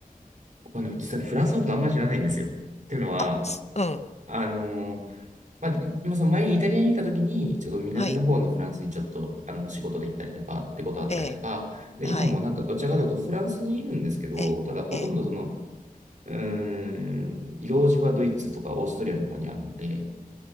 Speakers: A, on the right; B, on the left.
A: 僕はね、実際にフランスのことあんまり知らないんですよ。っていうのは、
B: あ、すうん、
A: あのまあ、でまあその前にイタリアにいた時に、ちょっと南の方のフランスにちょっとあの仕事で行ったりとかってことあったりとか、
B: はい、ええ、
A: で、
B: はい、
A: 今もなんかどちらかというとフランスにいるんですけど、
B: ええ、
A: ただほとんどその、
B: ええ、
A: うーん、用事はドイツとかオーストリアの方にあるので、